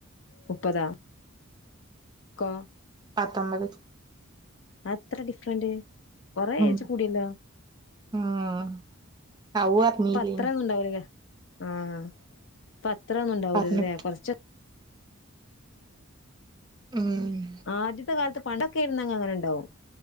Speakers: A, on the left; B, on the right.
A: മുപ്പതാ <unintelligible>
B: പത്തൊമ്പത്
A: അതെത്ര ഡിഫറന്റ് കൊറേ
B: ഉം
A: എയിജ് കൂടിയല്ലോ
B: ഉം അവു അറിഞ്ഞീല്ലേ
A: ഇപ്പൊ അത്ര ഒന്നുണ്ടാവലില്ല ആഹ് ഇപ്പൊ അത്ര ഒന്നുംണ്ടാവലില്ലേ
B: പറഞ്ഞിട്ട്
A: കുറച്ച്
B: ഉംഹ്
A: ആദ്യത്തെ കാലത്ത് പണ്ടൊക്കെ ആരുന്നെങ്കി അങ്ങനെ ഉണ്ടാവും